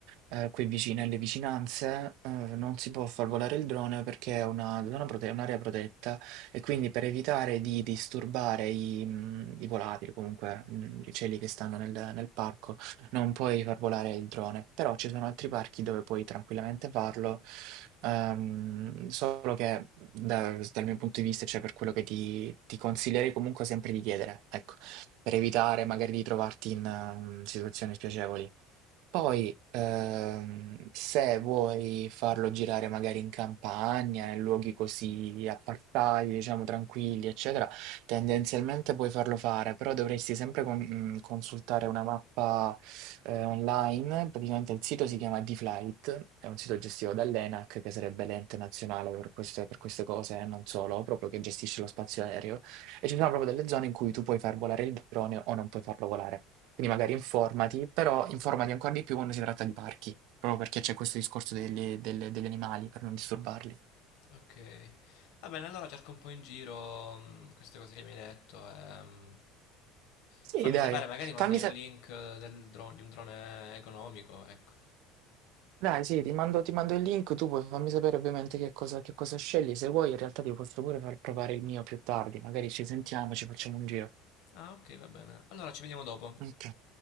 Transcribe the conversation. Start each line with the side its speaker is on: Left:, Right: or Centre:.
Right: eh, qui vicino alle vicinanze, eh, non si può far volare il drone perché è una zona prote- è un'area protetta e quindi per evitare di disturbare i, mm, i volatili, comunque mm, gli uccelli che stanno nel, nel parco, non puoi far volare il drone. Però ci sono altri parchi dove puoi tranquillamente farlo Ehm, solo che da- dal mio punto di vista, cioè per quello che ti, ti consiglierei comunque sempre di chiedere, ecco, per evitare magari di trovarti in ehm, situazioni spiacevoli. Poi, ehm, se vuoi farlo girare magari in campagna, in luoghi così appartati, diciamo tranquilli, eccetera, tendenzialmente puoi farlo fare, però dovresti sempre con- mh, consultare una mappa eh, online. Praticamente il sito si chiama D-Flight, è un sito gestito dall'ENAC, che sarebbe l'ente nazionale per queste, per queste cose, e non solo, proprio che gestisce lo spazio aereo. E ci sono proprio delle zone in cui tu puoi far volare il drone o non puoi farlo volare. Quindi magari informati, però informati ancora di più quando si tratta di parchi, proprio perché c'è questo discorso degli, delle- degli animali per non disturbarli.
Left: Ok, va bene, allora cerco un po' in giro mh, queste cose che mi hai detto. e, mh,
Right: Sì,
Left: tu fammi
Right: dai,
Left: sapere, magari mandami
Right: fammi sapere.
Left: un link eh, del dro- di un drone economico, ecco.
Right: Dai, sì, ti mando, ti mando il link, tu puoi fammi sapere ovviamente che cosa, che cosa scegli. Se vuoi, in realtà ti posso pure far provare il mio più tardi, magari ci sentiamo, ci facciamo un giro.
Left: Ah, ok, va bene. Allora ci vediamo dopo.
Right: Ok,